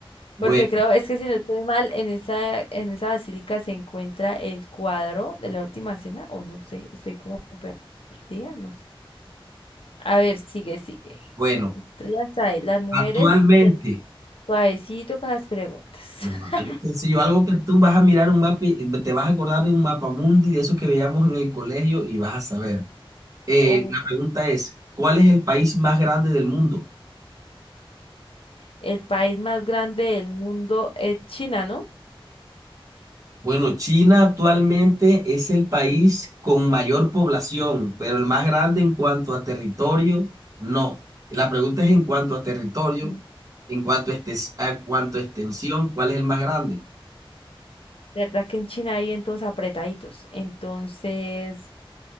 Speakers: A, on the right; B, on the left.
A: Bueno,
B: Porque creo, es que si no estoy mal, en esa, en esa basílica se encuentra el cuadro de la última cena, o no sé, estoy como perdida, no sé. A ver, sigue, sigue.
A: bueno,
B: Entonces, ya sabes, las mujeres,
A: actualmente,
B: el suavecito con las preguntas.
A: no,
B: <laughs>
A: algo sencillo, algo que tú vas a mirar un mapa, y te vas a acordar de un mapa mundi de esos que veíamos en el colegio y vas a saber. Eh,
B: Uf,
A: la pregunta es, ¿cuál es el país más grande del mundo?
B: el país más grande del mundo es China, ¿no?
A: Bueno, China actualmente es el país con mayor población, pero el más grande en cuanto a territorio, no. La pregunta es en cuanto a territorio,
B: Mm.
A: en cuanto a, estes- a cuanto a extensión, ¿cuál es el más grande?
B: ¿Verdad que en China hay todos apretaditos? Entonces,